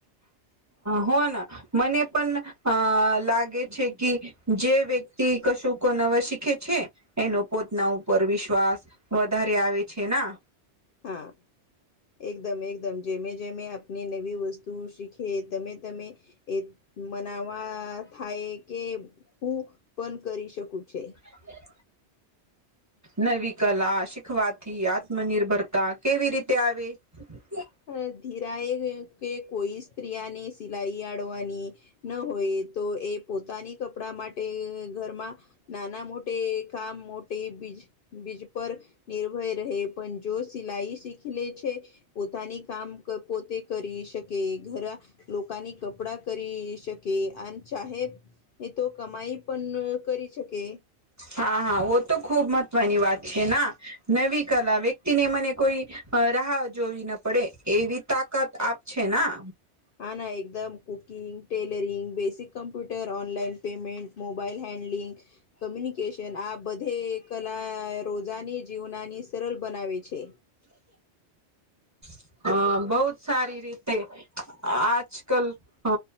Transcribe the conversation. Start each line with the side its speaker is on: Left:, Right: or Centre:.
Right: હો ના મને પણ અ લાગે છે કે જે વ્યક્તિ કશું કો નવા શીખે છે. એનો પોતના ઉપર વિશ્વાસ વધારે આવે છે ના
Left: હા. એકદમ એકદમ જેમે જેમે આપણી નવી વસ્તુ શીખે તમે તમે એ મનાવા થાય કે હું પણ કરી શકું છે.
Right: હ. નવી કલા શીખવાથી આત્મનિર્ભરતા કેવી રીતે આવે. <inaudible>
Left: અ ધીરાએ કે કોઈ સ્ત્રીયાને સિલાઈ આડવાની. ન હોય તો એ પોતાની કપડા માટે ઘરમાં નાના મોટે કામ મોટે બીજ. બીજ પર નિર્ભય રહે પણ જો સિલાઈ શીખી લે છે. પોતાની કામ પોતે કરી શકે ઘરા લોકની કપડા કરી શકે અને ચાહે એ તો કમાઈ પણ કરી શકે.
Right: હા હા ઓ તો ખુબ મહત્વની વાત છે ના નવી કલા વ્યક્તિને મને કોઈ. રાહ જોવી ના પડે એવી તાકાત આપ છે ના.
Left: આ ના એકદમ cooking, tailoring, basic computer, online payment, mobile handling communication આ બધે કલા રોજાની જીવનાની સરળ બનાવે છે.
Right: હ બહુત સારી રીતે આજ કલ અ